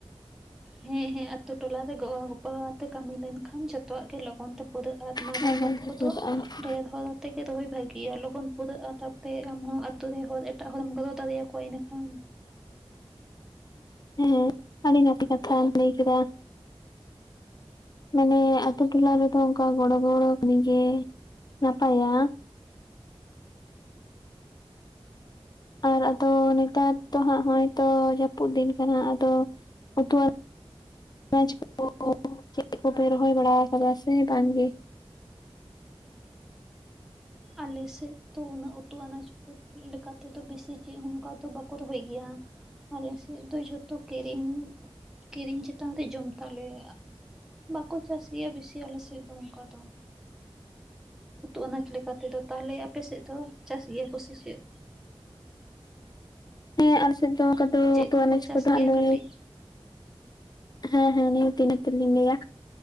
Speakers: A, in the centre; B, on the left.
A: ᱦᱮᱸ ᱦᱮᱸ ᱟᱛᱳ ᱴᱚᱞᱟ ᱨᱮ ᱜᱚᱲᱚ ᱜᱚᱯᱚ ᱛᱮ ᱠᱟᱹᱢᱤ ᱞᱮᱱ ᱠᱷᱟᱱ ᱡᱚᱛᱚᱣᱟᱜ ᱜᱮ ᱞᱚᱜᱚᱱ ᱛᱮ ᱯᱩᱨᱟᱹᱜᱼᱟ ᱟᱨ ᱢᱟᱨᱟᱢ
B: ᱦᱮᱸ ᱵᱟᱢ
A: ᱵᱟᱹᱫᱽ
B: ᱴᱷᱤᱠᱟᱹ
A: ᱠᱚᱫᱚ
B: ᱠᱟᱜᱼᱟ
A: ᱰᱷᱮᱨ ᱦᱚᱲ ᱛᱮᱜᱮ ᱨᱚᱦᱚᱭ ᱵᱷᱟᱜᱮᱤᱭᱟ ᱞᱚᱜᱚᱱ ᱯᱩᱨᱟᱹᱜᱼᱟ ᱛᱟᱯᱚᱨᱮ ᱟᱢᱦᱚᱸ ᱟᱛᱳ ᱨᱮ ᱦᱚᱲ ᱮᱴᱟᱜ ᱦᱚᱲᱮᱢ ᱜᱚᱲᱚ ᱫᱟᱲᱮᱭᱟ ᱠᱚᱣᱟ ᱮᱲᱮ ᱠᱷᱟᱱ
B: ᱦᱮᱸ ᱟᱹᱰᱤ ᱱᱟᱯᱟᱭ ᱠᱟᱛᱷᱟ ᱞᱟᱹᱭ ᱠᱮᱫᱟ᱾ ᱢᱟᱱᱮ ᱟᱛᱳ ᱴᱚᱞᱟ ᱨᱮᱫᱚ ᱚᱱᱠᱟ ᱜᱚᱲᱚ ᱜᱚᱲᱚ ᱠᱟᱢᱤ ᱜᱮ‌ ᱱᱟᱯᱟᱭᱟ᱾ ᱟᱨ ᱟᱫᱚ ᱱᱮᱛᱟᱨ ᱫᱚ ᱦᱟᱸᱜ ᱱᱚᱜᱼᱚᱭ ᱛᱚ ᱡᱟᱹᱯᱩᱫ ᱫᱤᱱ ᱠᱟᱱᱟ ᱟᱫᱚ ᱚᱯ <unintelligible> ᱯᱮᱭᱟᱡᱽ ᱠᱚ ᱪᱮᱫ ᱠᱚᱯᱮ ᱨᱚᱦᱚᱭ ᱵᱟᱲᱟ ᱟᱠᱟᱫᱟ ᱥᱮ ᱵᱟᱝ ᱜᱮ?
A: ᱟᱞᱮᱥᱮᱫ ᱫᱚ ᱚᱱᱟᱜ ᱩᱛᱩ ᱟᱱᱟᱡ ᱠᱚ ᱛᱮᱫᱚ ᱵᱮᱥᱤ ᱪᱮᱫ ᱦᱚᱸ ᱚᱱᱠᱟ ᱫᱚ ᱵᱟ ᱨᱚᱦᱚᱭ ᱜᱮᱭᱟ ᱟᱞᱮᱥᱮᱫ ᱫᱚ ᱡᱷᱚᱛᱚ ᱠᱤᱨᱤᱧ᱾ ᱠᱤᱨᱤᱧ ᱪᱮᱛᱟᱱ ᱨᱮ ᱡᱚᱢᱛᱟᱞᱮ ᱵᱟᱠᱚ ᱪᱟᱥ ᱜᱮᱭᱟ ᱵᱮᱥᱤ ᱟᱞᱮᱥᱮᱫ ᱫᱚ ᱚᱱᱠᱟ ᱫᱚ ᱩᱛᱩ ᱟᱱᱟᱡ ᱞᱮᱠᱟᱛᱮ ᱫᱚ ᱛᱟᱦᱚᱞᱮ ᱟᱯᱮᱥᱮᱫ ᱫᱚ ᱪᱟᱥ ᱜᱮᱭᱟ ᱠᱚ ᱥᱮ ᱪᱮᱫ
B: ᱦᱮᱸ ᱟᱞᱮ ᱥᱮᱫ ᱫᱚ ᱚᱠᱟ ᱫᱚ
A: ᱪᱮᱫ
B: ᱩᱛᱩ
A: ᱠᱚᱠᱚ
B: ᱟᱱᱟᱮᱡ
A: ᱪᱟᱥ
B: ᱠᱚᱫᱚ
A: ᱜᱮᱭᱟ
B: ᱦᱚᱞᱮ
A: ᱠᱟᱹᱴᱤᱡ
B: ᱦᱮᱸ ᱦᱮᱸ ᱱᱤᱭᱟᱹ ᱛᱮ ᱱᱟᱹᱜ ᱞᱤᱧ ᱞᱟᱹᱭᱟ